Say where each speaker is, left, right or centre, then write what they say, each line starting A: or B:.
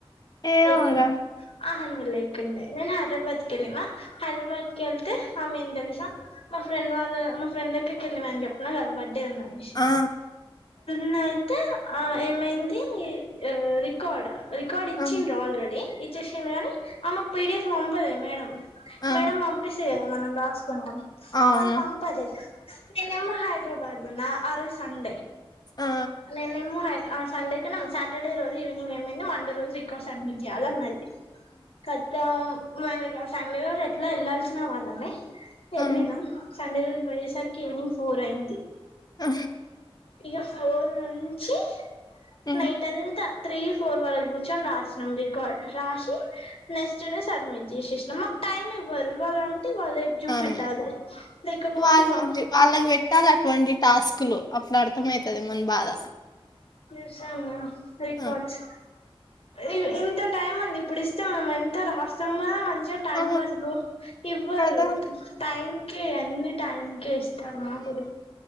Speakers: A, on the left; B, on the left.
A: ఏమోరా
B: ై ఆహ నిన్ లేకుండే నేను హైదరాబాద్ కెళ్ళిన హైదరాబాద్ కేళ్తే ఏమైంది తెలుసా మా ఫ్రెండ్ వాళ్ళ మా ఫ్రెండ్ డే కేళ్ళినమని చెప్పిన కదా బర్త్డే ఉందని
A: ఆ ఆ
B: <unintelligible> తే ఆ ఏమైంది ఆ రికార్డ్ రికార్డ్ ఇ
A: ఆ
B: ఇచ్చిండ్ ఆల్రెడీ ఇచ్చేషిండ్రు గాని ఆమెక్ పిడిఎఫ్ పంపలేదు మేడం
A: ఆ
B: మేడం పంపిస్తే కద మనం రాసుకుంటాం
A: అవును
B: వాళ్ళు పంపదు నేనేమో హైదరాబాద్ ఉన్న ఆ రోజు సండే
A: ఆ
B: నేనేమొ హై ఆ సండే కన్నా సాటర్డే రోజు ఈవినింగ్ ఏమైంది మండే రోజు రికార్డ్స సబ్మిట్ చేయాలే అన్నది కతం మనకి సండే రోజు ఎట్లా వెళ్లాల్సినవాళ్ళమే వెళ్ళినం
A: ఆ
B: సండే రోజు పోయేసరికి ఈవినింగ్ ఫోర్ అయింది
A: ఆ
B: ఇక ఫోర్ నుంచి
A: ఆ
B: నైట్ అంతా త్రీ ఫోర్ వరకు కు రాసినం రికార్డ్ రాషి నెక్స్ట్ డే సబ్మిట్ చేశేషనం మక్ టైమ్ ఇవ్వరు ఇవ్వళ అం తే వాల్ రేపు జూ పెట్టాలే
A: ఆ
B: లైకపోతే
A: వాళ్ళకి
B: ఇగ
A: వాళ్ళకి పెట్టాలి అటువంటి టాస్క్ లు అప్పుడు అర్థమైతది మన బాధ
B: చేసాము రికార్డ్స్
A: ఆ
B: ఇ ఇంత టైం ఉంది ఇప్పుడు ఇస్తే మేం ఎంత రాస్తామ మంచిగా టైం
A: ఆ,
B: పాస్ ఇవ్వరు
A: కదా
B: టైం కే అన్ని టైమ్ కే ఇస్తారు మాకుది